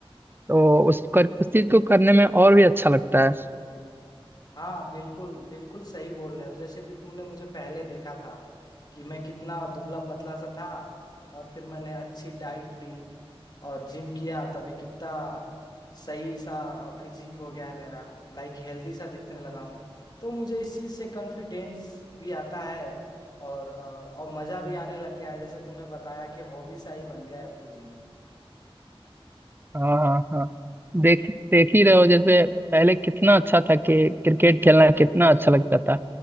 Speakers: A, on the right (about 20°); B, on the left (about 45°).
A: तो उस कर उस चीज को करने में और भी अच्छा लगता है
B: हाँ बिल्कुल बिल्कुल सही बोल रहे हो जैसे कि तुमने मुझे पहले देखा था कि मैं कितना दुबला पतला सा था और फिर मैंने अच्छी डाइट ली और जिम किया तभी कितना सही सा फिजिक हो गया है मेरा लाइक हेल्दी सा दिखने लगा हूँ तो मुझे इस चीज़ से कॉन्फिडेंस भी आता है और अ, और मज़ा भी आने लग गया है जैसे तुम्हें बताया कि हॉबी सा ही बन गया है अब तो जिम
A: हाँ हाँ हाँ देख देख ही रहे हो जैसे पहले कितना अच्छा था कि क्रिकेट खेलना कितना अच्छा लगता था